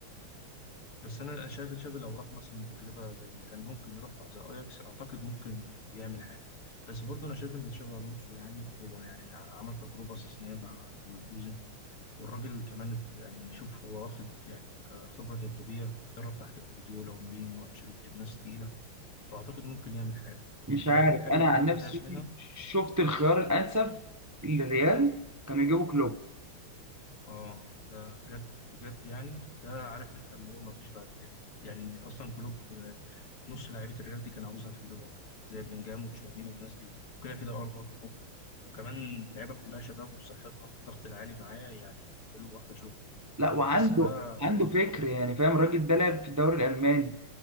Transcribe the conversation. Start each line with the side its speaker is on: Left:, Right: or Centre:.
Left: بس أنا شايف تشافي لو راح مثلا تجربة زي اللي كان ممكن يروحها زي أياكس أعتقد ممكن يعمل حاجة بس برضو أنا شايف إن تشافي ألونسو يعني هو يعني عمل تجربة استثنائية مع ليفركوزن والراجل كمان يعني شوف هو واخد يعني كخبرة تدريبية درب تحت جوارديولا ومورينيو وانشيلوتي وناس تقيلة فأعتقد ممكن يعمل حاجة
Right: مش
Left: أنت
Right: عارف
Left: عارف الحاجة
Right: انا
Left: الوحيدة
Right: عن
Left: اللي
Right: نفسي
Left: خايف منها؟
Right: شفت الخيار الانسب للريال كانوا يجيبوا كلوب
Left: آه ده بجد بجد يعني ده عارف أنت اللي هو مفيش بعد كده يعني إن أصلا كلوب آه، نص لعيبة الريال دي كان عاوزها في الليفر زي بلينجهام وتشاوميني والناس دي وكده كده أرنولد أهو وكمان اللعيبة كلها شباب وبصحتها في الضغط العالي معاه يعني بيعملوا واحدة شغل
Right: لا وعنده
Left: بس بقى
Right: عنده فكر يعني فاهم الراجل ده لعب في الدوري الالماني